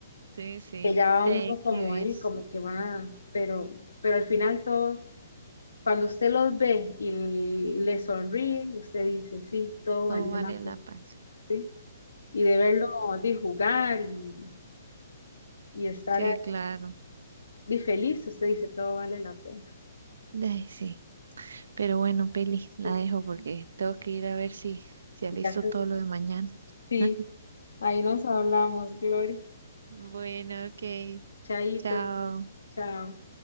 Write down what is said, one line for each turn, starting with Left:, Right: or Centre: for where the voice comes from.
Right: sí, sí,
Left: que ya va
Right: de
Left: uno
Right: ahí
Left: como
Right: que ver,
Left: ahí, como que va, pero, pero al final todo, cuando usted los ve y le sonríe, usted dice, sí, todo
Right: todo
Left: valió
Right: vale
Left: la pena,
Right: la pena.
Left: sí, y de verlo, de jugar y, y estar
Right: Sí, claro,
Left: di, feliz, usted dice, todo vale la pena.
Right: de ahí sí. Pero bueno, Peli, la
Left: sí.
Right: dejo porque tengo que ir a ver si, si alisto
Left: Ya sé.
Right: todo lo de mañana.
Left: Sí,
Right: <laughs>
Left: ahí nos hablamos, Glory.
Right: Bueno, ok,
Left: Chaito,
Right: chao.
Left: chao.